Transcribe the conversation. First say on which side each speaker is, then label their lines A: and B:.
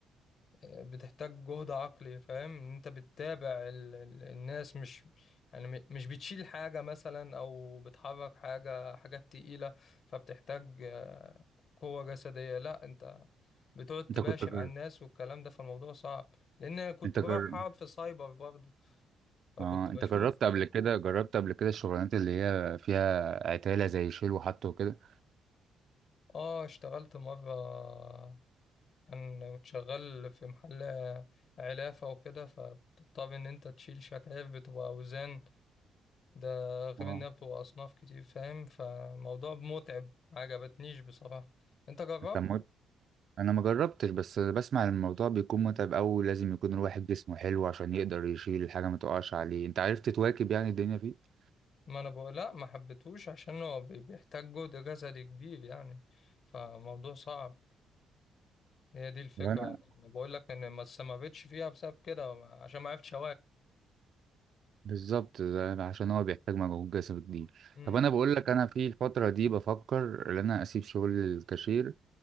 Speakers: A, on the left; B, on the right.
A: آه، بتحتاج جهد عقلي فاهم إن انت بتتابع ال- ال- الناس مش يعني م- مش بتشيل حاجة مثلا او بتحرك حاجة حاجات تقيلة فبتحتاج آه، قوة جسدية لا انت بتقعد
B: انت
A: تباشر
B: كنت جرب
A: على الناس والكلام ده فالموضوع صعب لان كنت
B: انت
A: بروح
B: جرب
A: اقعد في سايبر برضه فكنت
B: اه
A: بشوف
B: انت جربت قبل كده جربت قبل كده الشغلانات اللي هي فيها عتاله زي شيل وحط وكده
A: اه اشتغلت مرة كان كنت شغال في محل علافة وكده فبتضطر ان انت تشيل شكاير بتبقى اوزان ده غير
B: اه
A: انها بتبقى اصناف كتير فاهم فموضوع متعب ما عجبتنيش بصراحة انت جربت
B: كان مت... انا ما جربتش بس بسمع إن الموضوع بيكون متعب أوي لازم يكون الواحد جسمه حلو عشان يقدر يشيل الحاجة ما تقعش عليه انت عرفت تواكب يعني الدنيا فيه
A: ما انا بقول لا ما حبيتهوش عشان هو بي- بيحتاج جهد جسدي كبير يعني فموضوع صعب هي دي الفكرة
B: وانا
A: يعني بقول لك ان ما استمرتش فيها بسبب كده عشان ما عرفتش
B: بالظبط ده عشان هو بيحتاج مجهود جسدي كبير
A: اواكب
B: طب انا بقول لك انا في الفترة دي بفكر ان انا اسيب شغل الكاشير